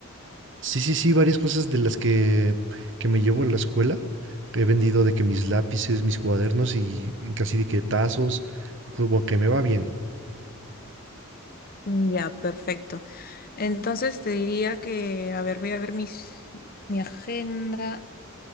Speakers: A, on the right (about 60°); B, on the left (about 45°).
A: Sí, sí, sí, varias cosas de las que, que me llevo a la escuela. He vendido de que mis lápices, mis cuadernos y casi de que tazos, como que me va bien.
B: Ya, perfecto. Entonces te diría que, a ver, voy a ver mis, mi agenda.